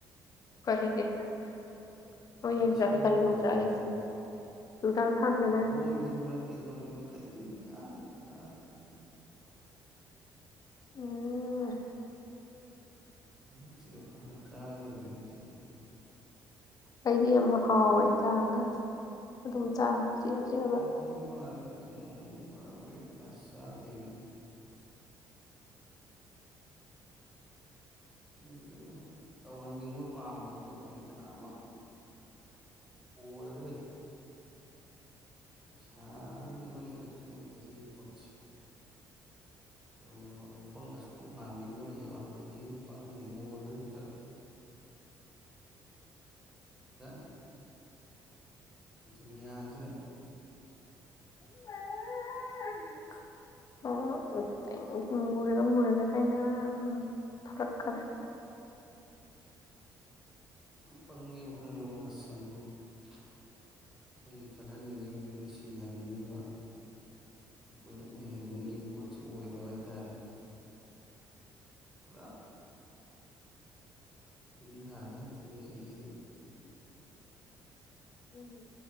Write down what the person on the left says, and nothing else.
<unintelligible>
ꯀꯔꯤ
ꯌꯣꯡꯆꯥꯛ ꯑꯩ ꯆꯨꯗꯥꯛ ꯊꯥꯗ꯭ꯔꯅꯦ
ꯑꯣ
ꯑꯩꯗꯤ ꯑꯃ ꯍꯥꯎꯋꯦ ꯆꯥꯒ ꯑꯗꯨꯝ ꯆꯥ ꯆꯦꯛꯑ ꯆꯦꯛꯑꯒ
<unintelligible> <unintelligible>
ꯎꯝ ꯎꯝꯨꯝ